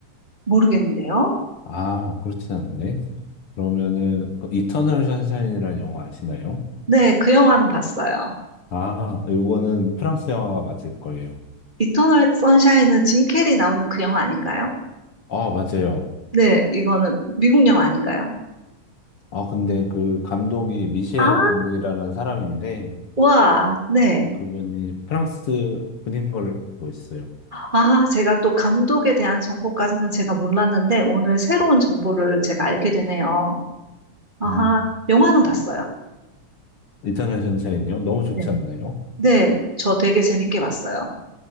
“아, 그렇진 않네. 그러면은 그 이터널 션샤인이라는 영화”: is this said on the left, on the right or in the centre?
Left